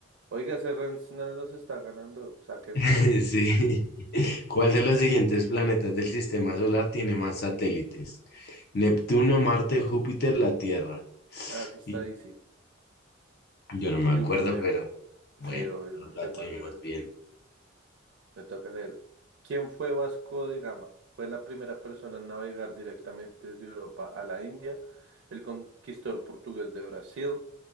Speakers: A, on the right; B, on the left.
A: Oiga, ese Rensner nos está ganando. Saquémoslo.
B: <laughs> Sí. ¿Cuál de los siguientes planetas del sistema solar tiene más satélites? Neptuno, Marte, Júpiter, la Tierra.
A: Ah, eso está
B: Y
A: easy.
B: yo no me
A: Júpiter.
B: acuerdo, pero
A: Sí,
B: bueno,
A: obvio,
B: nos
A: porque
B: la
A: es
B: tuvimos
A: más grande.
B: bien.
A: Me toca leer. ¿Quién fue Vasco de Gama? Fue la primera persona en navegar directamente desde Europa a la India, el conquistador portugués de Brasil,